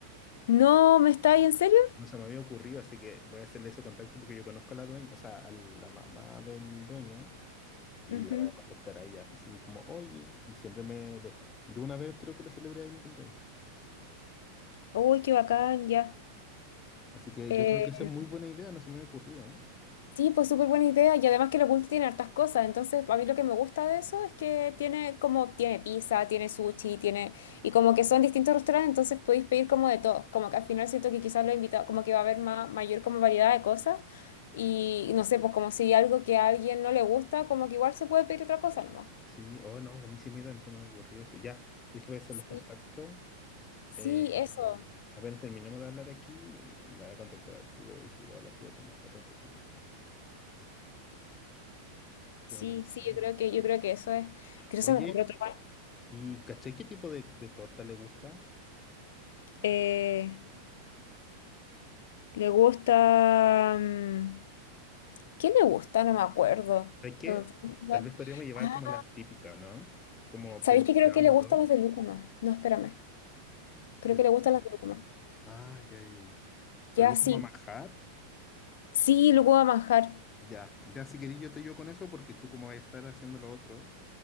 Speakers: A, on the left; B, on the left.
A: No, ¿me estáis en serio?
B: No se me había ocurrido, así que voy a hacerle ese contacto porque yo conozco a la dueña, o sea, a la mamá del dueño. y
A: Ujú.
B: la voy a contactar a ella, así como, oye, y siempre me deja. Yo una vez creo que le celebré ahí mi cumpleaños.
A: Uy, qué bacán, ya.
B: Así que
A: Eh,
B: yo creo que esa es muy buena idea, no se me había ocurrido, ¿eh?
A: Sí, pues súper buena idea y además que lo oculto tiene hartas cosas, entonces a mí lo que me gusta de eso es que tiene como, tiene pizza, tiene sushi, tiene, y como que son distintos restaurantes, entonces podéis pedir como de todo, como que al final siento que quizás lo invitado, como que va a haber ma- mayor como variedad de cosas y no sé, pues como si algo que a alguien no le gusta, como que igual se puede pedir otra cosa nomás.
B: Sí, oh no, buenísima idea, no se me había ocurrido eso. Ya, dije voy a hacer
A: Sí,
B: los contactos.
A: sí,
B: eh,
A: eso,
B: apenas terminamos de hablar aquí, la voy a contactar al tiro y le decir, hola tía, ¿cómo está tanto tiempo? Qué
A: sí,
B: buena idea.
A: sí, yo creo que, yo creo que eso es, creo que
B: Oye,
A: no se me ocurre otro más.
B: ¿y caché qué tipo de, de torta le gusta?
A: Eh, le gusta... mm, ¿Qué le gusta? No me acuerdo.
B: Sé que
A: No me puedo acordar.
B: tal vez podríamos llevar
A: Ah,
B: como las típicas, ¿no? Como
A: ¿sabéis
B: por-
A: que creo
B: llevamos
A: que le gustan
B: dos.
A: las de lúcuma? No, espérame. Creo
B: de-
A: que le gustan las de lúcuma.
B: Ah, ya, ya, ya. Pero
A: Ya,
B: Lucas
A: sí.
B: Mamajar,
A: Sí, lúcuma manjar.
B: ya, ya si querís yo te ayudo con eso porque tú como vas a estar haciendo lo otro,